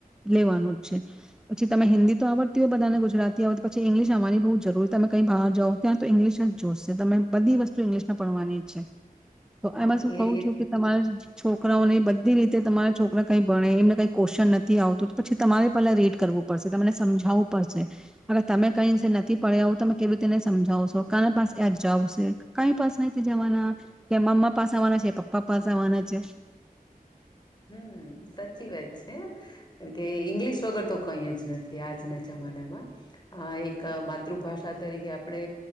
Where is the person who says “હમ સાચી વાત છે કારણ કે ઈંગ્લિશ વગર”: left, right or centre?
Left